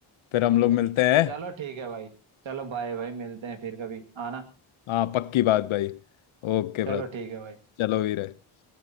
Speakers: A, on the left; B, on the right.
A: फिर हम लोग मिलते हैं
B: चलो ठीक है भाई चलो बाय भाई मिलते हैं फिर कभी आना
A: हाँ पक्की बात भाई Okay
B: चलो
A: brother
B: ठीक है भाई
A: चलो वीर